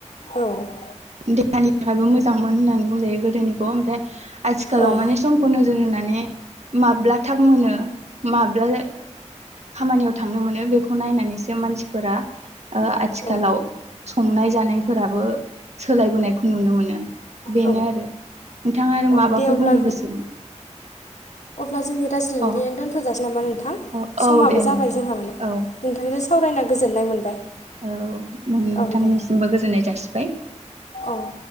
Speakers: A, on the left; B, on the right.
A: होयोमोन औ
B: देहानि थाखायबो मोजांमोन होननानै बुंजायो गोदोनिखौ ओमफ्राय आथिखालाव
A: औ माब्ला थाब
B: माने समखौ नोजोर होनानै माब्ला थाब मोनो मा ब्ला खामानियाव थांनो मोनो बेखौ नायनानैसो मानसिफोरा आथिखालाव
A: औ
B: संनाय जानायफोराबो सोलायबोनायखौ नुनो मोनो बेनो
A: औ
B: आरो। नोंथाङा आरो
A: औ
B: माबाफोर
A: दे अब्ला
B: बुंनो गोसो
A: अब्ला जोंनि रायज्लायनाया
B: अ
A: दोनथ'जासै नामा नोंथां
B: अ औ
A: समाबो
B: दे नोंथां
A: जाबाय जोंहा माने नोंथांजों
B: औ
A: सावरायना गोजोननाय मोनबाय।
B: औ नोंथांनिसिमबो
A: औ दे
B: गोजोननाय जासिबाय
A: औ